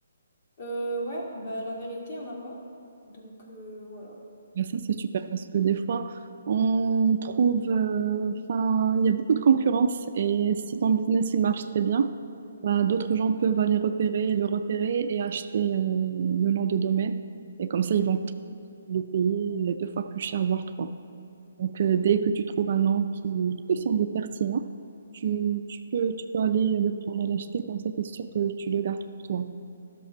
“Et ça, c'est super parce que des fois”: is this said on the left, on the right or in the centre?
Right